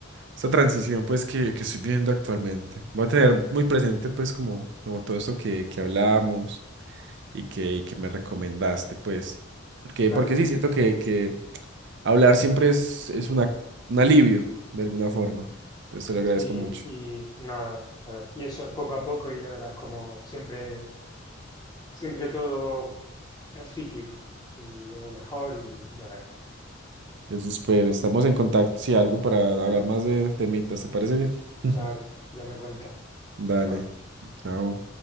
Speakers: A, on the right; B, on the left.
A: esta transición pues que, que estoy viviendo actualmente. Voy a tener muy presente pues como, como todo esto que, que hablábamos y que, y que me recomendaste pues. Porque,
B: Claro,
A: porque sí, siento que, que hablar siempre es, es una, un alivio de alguna forma. Entonces te lo agradezco
B: Y,
A: mucho.
B: y nada, ya ves. Y eso es poco a poco y ya verás como siempre, siempre todo es cíclico y luego mejor y ya verás.
A: Eso espero. Estamos en contacto si algo para
B: Ya-
A: hablar más de temitas. ¿Te parece bien?
B: claro,
A: <laughs>
B: ya me cuenta.
A: Dale.
B: Chao.
A: Chao.